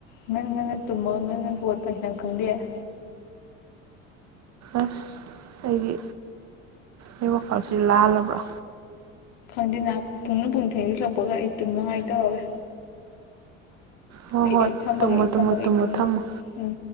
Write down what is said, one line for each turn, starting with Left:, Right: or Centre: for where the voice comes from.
Left: ꯉ ꯇꯃ ꯍ ꯄꯩꯁꯥꯅ ꯈꯪꯗꯦ <inaudible>
Right: ꯑꯁ ꯑꯩꯗꯤ ꯑꯩ ꯋꯥꯈꯜꯁꯤ ꯂꯥꯜꯂꯕ꯭ꯔꯥ
Left: ꯄꯨꯛꯅ ꯄꯨꯡ ꯊꯤꯟꯖꯤꯜꯂꯛꯄꯒ ꯏꯇꯨꯝꯅꯅꯨꯡꯉꯥꯏ ꯇꯧꯔꯋꯦ
Right: ꯍꯣꯏ
Left: ꯑꯩ
Right: ꯍꯣꯏ
Left: ꯑꯩ ꯊꯝꯃꯒꯦ
Right: ꯇꯨꯝꯃꯣ
Left: ꯑꯩ
Right: ꯇꯨꯝꯃꯣ
Left: ꯊꯝꯃꯒꯦ
Right: ꯇꯨꯝꯃꯣ
Left: ꯑꯩ ꯑꯗꯨꯨꯝꯝ
Right: ꯊꯝꯃꯣ
Left: ꯎꯝ